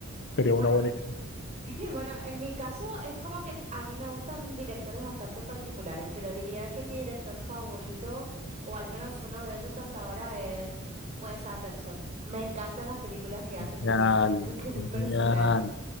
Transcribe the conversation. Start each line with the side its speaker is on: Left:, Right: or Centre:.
Left: Sería
Right: Bueno,
Left: una buena idea.
Right: <laughs> y bueno, en mi caso es como que a mí me gustan directores bastante particulares, pero diría que mi director favorito, o al menos uno de ellos hasta ahora, es Wes Anderson. Me encantan las películas que hace porque
Left: Genial,
Right: <laughs> tiene un toque muy
Left: genial,
Right: personal.